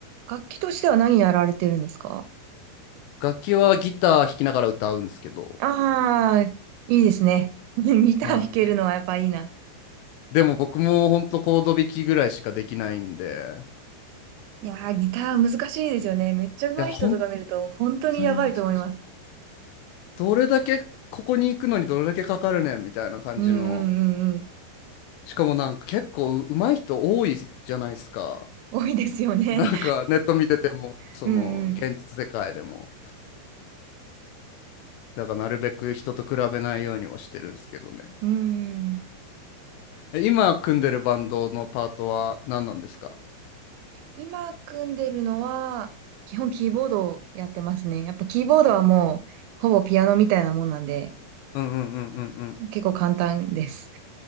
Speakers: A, on the right (about 85°); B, on the left (about 80°).
A: 楽器としては何やられてるんですか
B: い、楽器はギター弾きながら歌うんですけど、
A: ああー、いいですね。<laughs> ギター弾けるのはやっぱいいな。
B: はい、でも僕も本当コード弾きぐらいしかできないんで
A: いやー、ギター難しいですよね。めっちゃ上手い人とか見ると、
B: いや本
A: 本当にやばいと思います。
B: 当に難しい。どれだけここに行くのにどれだけかかるねんみたいな感じの
A: うんうんうんうん。
B: しかもなんか結構う上手い人多いじゃないですか。
A: 多いですよね。
B: <laughs> なんかネット見てても、
A: <laughs>
B: その現実世界でも、
A: うん
B: だからなるべく人と比べないようにはしてるんですけどね。
A: うん。うん。
B: え今組んでるバンドのパートは何なんですか
A: 今組んでるのは、基本キーボードをやってますね。やっぱキーボードはもう、ほぼピアノみたいなもんなんで、
B: うんうんうんうん
A: 結構簡単です。